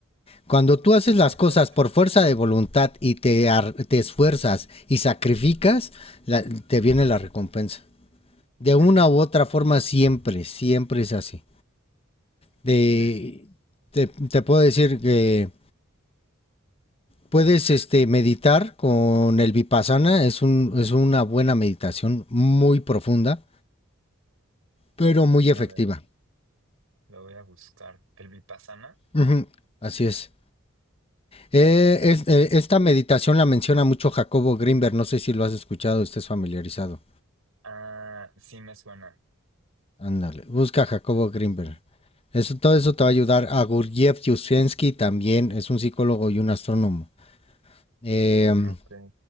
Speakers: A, on the left; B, on the right.
A: Cuando tú haces las
B: Sí, exacto.
A: cosas por fuerza de voluntad y te, te esfuerzas y sacrificas, la- te viene la recompensa. De una
B: Ujú,
A: u otra forma siempre, siempre es así. De,
B: sí.
A: te, te puedo decir que puedes este, meditar con el vipassana, es, un, es una buena meditación muy profunda, pero muy
B: A
A: efectiva.
B: ver, lo voy a buscar. ¿El Vipassana?
A: Ujú, Así es. Eh, es- eh, esta
B: Va.
A: meditación la menciona mucho Jacobo Grinberg, no sé si lo has escuchado, estés familiarizado.
B: Ah, sí me suena.
A: Ándale, busca a Jacobo Grinberg.
B: Sí,
A: Eso, todo eso te
B: va.
A: va a ayudar. A Gurdjieff Yuzhensky también es un psicólogo y un astrónomo. Em,
B: Ok.